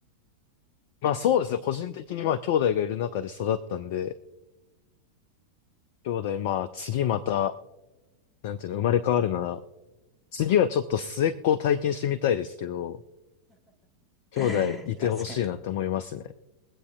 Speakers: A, on the left; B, in the centre.
A: まあそうですね。個人的にまあ兄弟がいる中で育ったんで、兄弟まあ次また、なんていうの、生まれ変わるなら、次はちょっと末っ子を体験してみたいですけど、
B: <laughs>
A: 兄弟いてほしいなって思いますね。
B: 確かに確かに。